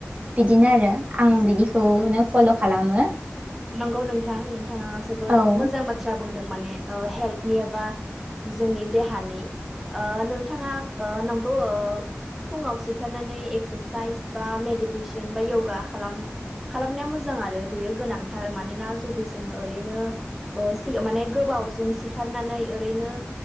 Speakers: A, on the right; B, in the centre.
A: बिदिनो आरो आं बिदिखौनो फल' खालामो
B: नंगौ नोंथां नोंथाङा जोबोर
A: औ
B: मोजां बाथ्रा बाथ्रा बुंदों माने ओ हेल्थनि एबा जोंनि देहानि ओ नोंथाङा ओ नंगौ औ फुङाव सिखारनानै एक्सारसाइस बा मेडिटेसन बा यगा खालाम खालामनाया मोजां आरो बेयो गोनांथार मानोना जुदि जोङो ओरैनो ओ माने गोबावजों सिखारनानै ओरैनो